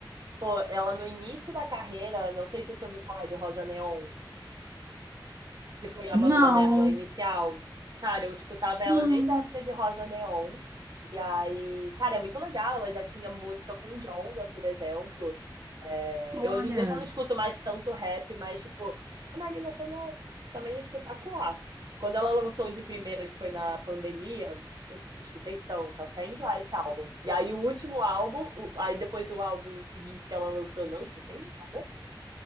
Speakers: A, on the right; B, on the right.
A: Pô, ela no início da carreira, não sei se você ouviu falar de Rosa Neon, que foi a
B: Não,
A: banda dela inicial. Cara, eu escutava ela
B: não,
A: desde a época de Rosa Neon. E aí, cara, é muito legal. Ela já tinha música com Djonga, por exemplo. É,
B: olha.
A: eu hoje em dia já não escuto mais tanto rap, mas, tipo, a Marina Sena também é espetacular. Quando ela lançou o de primeira, que foi na pandemia, eu escutei tanto, até enjoar esse álbum. E aí o último álbum, o- aí depois o álbum seguinte que ela lançou, eu não escutei nada.